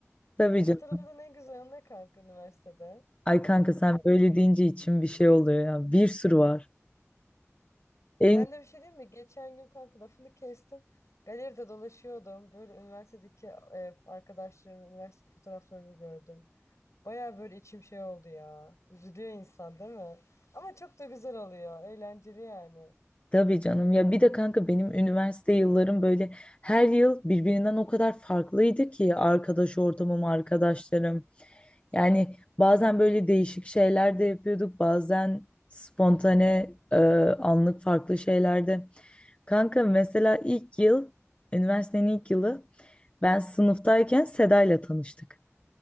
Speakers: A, on the left; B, on the left.
A: Tabii
B: E, Hatırladığın
A: canım.
B: en güzel an ne kanka üniversitede?
A: Ay kanka sen böyle deyince içim bir şey oluyor ya. Bir sürü var. En
B: Ben de bir şey diyeyim mi? Geçen gün kanka lafını kestim. Galeride dolaşıyordum. Böyle üniversitedeki e, arkadaşlarımın üniversite fotoğraflarını gördüm. Baya böyle içim şey oldu ya. Üzülüyor insan değil mi? Ama çok da güzel oluyor. Eğlenceli yani.
A: Tabii canım ya bir de kanka benim üniversite yıllarım böyle her yıl birbirinden o kadar farklıydı ki arkadaş ortamım, arkadaşlarım. Yani bazen böyle değişik şeyler de yapıyorduk, bazen spontane e, anlık farklı şeyler de. Kanka mesela ilk yıl, üniversitenin ilk yılı ben sınıftayken Seda ile tanıştık.